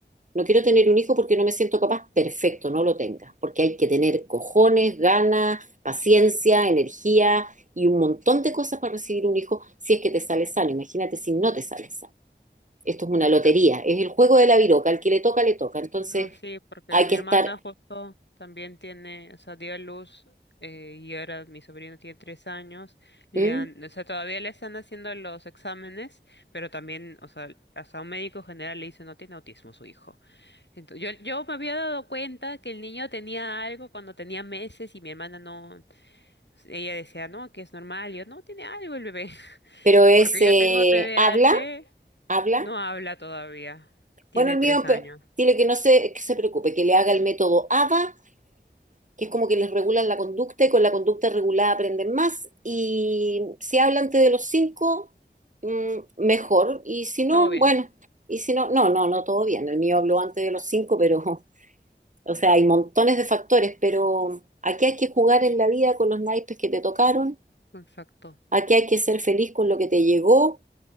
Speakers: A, on the right (about 45°); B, on the left (about 70°).
A: No quiero tener un hijo porque no me siento capaz, perfecto, no lo tengas, porque hay que tener cojones, ganas, paciencia, energía y un montón de cosas para recibir un hijo si es que te sale sano. Imagínate si no te sale sano. Esto es una
B: Exacto.
A: lotería, es el juego de la viroca, al que le toca, le toca. Entonces,
B: No, sí, porque
A: hay
B: mi
A: que estar,
B: hermana justo también tiene, o sea, dio a luz eh, y ahora mi sobrino tiene tres años. Le
A: ¿Mm?
B: han, o sea, todavía le están haciendo los exámenes, pero también, o sea, hasta un médico general le dice no tiene autismo su hijo. Entonces, yo, yo me había dado cuenta que el niño tenía algo cuando tenía meses y mi hermana no, ella decía, no, que es normal. Y yo, no, tiene algo el bebé.
A: pero es,
B: Porque
A: eh,
B: yo tengo TDAH,
A: habla habla.
B: no habla todavía. Tiene
A: Bueno, el
B: tres
A: mío,
B: años.
A: pe- dile que no se, que se preocupe, que le haga el método ABA, que es como que les regulan la conducta y con la conducta regulada aprenden más. Y si habla antes de los cinco, mm, mejor. Y si no,
B: Todo bien.
A: bueno. Y si no, no, no, no, todo bien. El mío habló antes de los cinco, pero, <laughs> o sea, hay montones de factores, pero aquí hay que jugar en la vida con los naipes que te tocaron.
B: Exacto.
A: Aquí hay que ser feliz con lo que te llegó